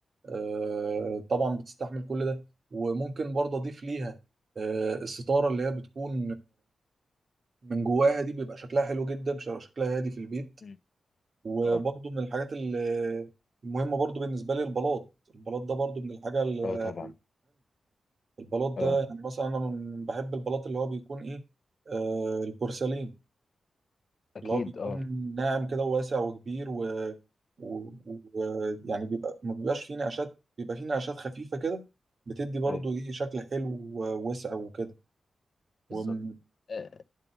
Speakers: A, on the right (about 55°); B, on the left (about 65°).
A: آه، طبعا بتستحمل كل ده وممكن برضه أضيف ليها آه، الستارة اللي هي بتكون من جواها دي بيبقى شكلها حلو جدا ش- شكلها هادي في البيت
B: أمم.
A: وبرضه
B: اه
A: من الحاجات ال- المهمة برضه بالنسبة لي البلاط البلاط ده برضه من الحاجة المهمة
B: اه طبعا
A: البلاط
B: اه
A: ده يعني مثلا أنا من- بحب البلاط اللي هو بيكون إيه آه البورسلين
B: اكيد
A: اللي هو بيكون
B: اه
A: ناعم كده وواسع وكبير و, و... و... يعني بيبقى ما بيبقاش فيه نقشات بيبقى فيه نقشات خفيفة كده بتدي برضه
B: ايوه
A: إيه شكل حلو ووسع وكده و...
B: بالظبط
A: مم.
B: آه،